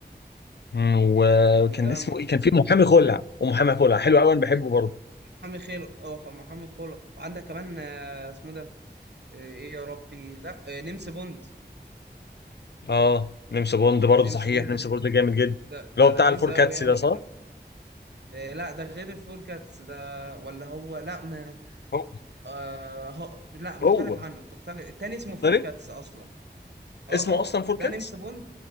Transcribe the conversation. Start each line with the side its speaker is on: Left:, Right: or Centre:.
Left: مم، وكان
Right: يعني ده
Left: اسمه ايه كان في محامي خلع ومحامي خلع حلو قوي انا بحبه برضه
Right: محامي خير اه خ- محامي خير وعندك كمان آه، اسمه ده آه، ايه يا ربي لا آه، نمس بوند
Left: اه نمس بوند
Right: آه،
Left: برضه
Right: نمس
Left: صحيح
Right: بوند
Left: نمس بوند جامد جدا
Right: ده ده
Left: اللي هو بتاع
Right: لذيذ
Left: الفور
Right: قوي
Left: كاتس
Right: يعني
Left: ده صح
Right: من الافلام آه، لا ده غير الفوركاتس ده ولا هو لا ما
Left: هو
Right: آه هو لا مختلف
Left: هو
Right: عنه بتختلف التاني اسمه
Left: مختلف
Right: فوركاتس اصلا اه
Left: اسمه اصلا فور
Right: ده
Left: كاتس
Right: نمس بوند